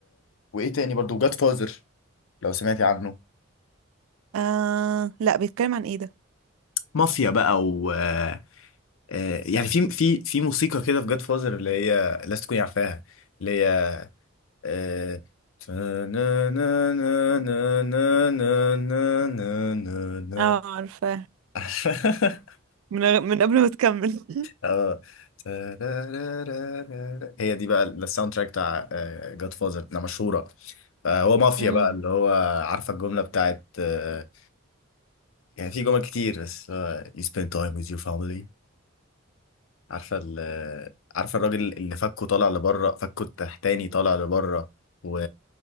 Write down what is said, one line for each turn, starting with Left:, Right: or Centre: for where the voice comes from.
Left: وايه تاني برضو جاد فازر لو سمعتي عنه
Right: اه لا بيتكلم عن ايه ده
Left: مافيا بقى و آه، آه، يعني في في في موسيقى كده في جاد فازر اللي هي لازم تكوني عارفاها اللي هي آه، <laughs> تا- نا- نا- نا- نا- نا- نا- نا- نا- نا- نا.
Right: اه عارفاه
Left: <laughs>
Right: من غ- من قبل ما تكمل <laughs>
Left: اه تا- را- را- را- را- را. هي دي بقى الساوند تراك بتاع جاد فازر ده مشهوره فهو مافيا
Right: امم
Left: بقى اللي هو عارفه الجمله بتاعت آه، يعني في جمل كتير بس آه، you spend time with your family عارفه ال عارفه الراجل اللي فكه طالع لبره فكه التحتاني طالع لبره و